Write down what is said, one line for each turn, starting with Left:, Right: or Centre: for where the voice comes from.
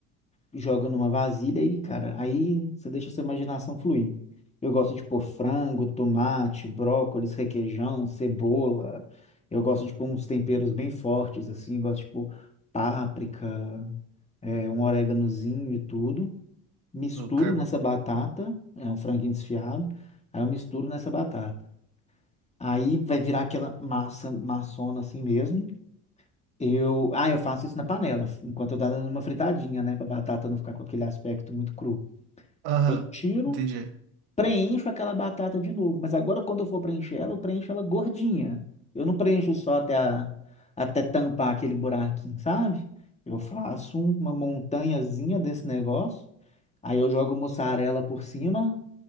Left: joga numa vasilha e, cara, aí você deixa a sua imaginação fluir. Eu gosto de pôr frango, tomate, brócolis, requeijão, cebola. Eu gosto de pôr uns temperos bem fortes, assim, gosto de pôr páprica, é, um oréganozinho e tudo. Misturo
Right: O cara.
Left: nessa batata, é um franguinho desfiado, aí eu misturo nessa batata. Aí vai virar aquela massa maçona assim mesmo. Eu, ah, eu faço isso na panela, enquanto eu dou numa fritadinha, né, pra batata não ficar com aquele aspecto muito cru.
Right: Aham,
Left: Aí tiro,
Right: entendi.
Left: preencho aquela batata de novo. Mas agora, quando eu for preencher ela, eu preencho ela gordinha. Eu não preencho só até, a- até tampar aquele buraquinho, sabe? Eu faço uma montanhazinha desse negócio. Aí eu jogo mussarela por cima